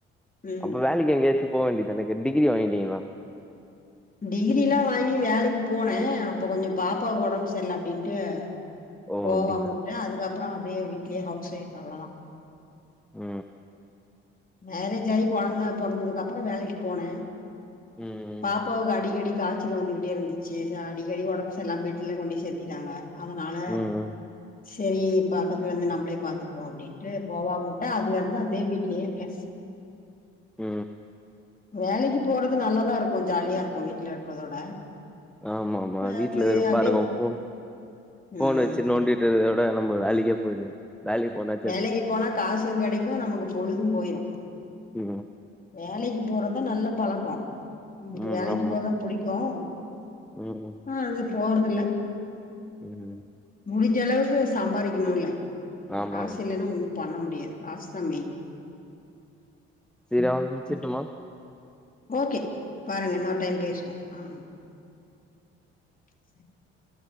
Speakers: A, on the left; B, in the centre.
A: ம்
B: அப்ப வேலைக்கு எங்கயாச்சு போவ வேண்டியது தானே டிகிரி வாங்கிட்டீங்களா
A: டிகிரிலா வாங்கி வேலைக்கு போனே அப்போ கொஞ்சோ பாப்பாக்கு உடம்பு சரியில அப்டின்ட்டு
B: ஓ
A: போவாம
B: அப்டிங்களா
A: வுட்டே அதுக்கப்புறோ அப்டியே வீட்லயே ஹவுஸ் ஒய்ஃப் அவ்ளோதா
B: உ
A: மேரேஜ் ஆயி கொழந்த பொறந்ததுக்கு அப்றோ வேலைக்கு போனே
B: ம் ம்
A: பாப்பாவுக்கு அடிக்கடி காய்ச் க்ஸ் வந்துட்டே இருந்துச்சு அடிக்கடி உடம்பு சரியில்லாம பெட்ல கொண்டு சேர்த்திட்டாங்க அதுனால
B: ம் ம்
A: சேரி பக்கத்துல இருந்து நம்மளே பாத்துக்குவோ அப்படின்ட்டு போவாம மாட்டே அதுல இருந்து அப்டியே வீட்லயே இருக்கே <unintelligible>
B: உ
A: வேலைக்கு போறது நல்லதா இருக்கு ஜாலியா இருக்கு வீட்டுல இருக்கிறதோட
B: ஆமா ஆமா வீட்டுல
A: அது
B: வெருப்பாருக்கு
A: அப்படியே
B: போன் போன்
A: ம்
B: வச்சு நோண்டி நம்ம வீட்ல இருக்குறத விட நம்ம வேலைக்கு போற வேலக்கு போன
A: வேலைக்கு போனா காசு கிடைக்கு நமக்கு பொழுது போயிடு
B: உ
A: வேலைக்கு போறதுதா நல்ல பழக்கோ எனக்கு
B: ம்
A: வேலைக்கு
B: ஆமா
A: போக புடிக்கு ஆ
B: ம்
A: அது போறதுயில்ல
B: உ
A: முடிஞ்ச அளவுக்கு சம்பாரிக்கணும்ல
B: ஆமா
A: காசு
B: ஆமா
A: இல்லைனா ஒண்ணு பண்ண முடியாது காசு தா மெயின்
B: செரி அவ்ளோதா வச்சிருட்டுமா
A: ஓகே பாருங்க இன்னொரு டைம் பேசுவோ ஆ <inaudible>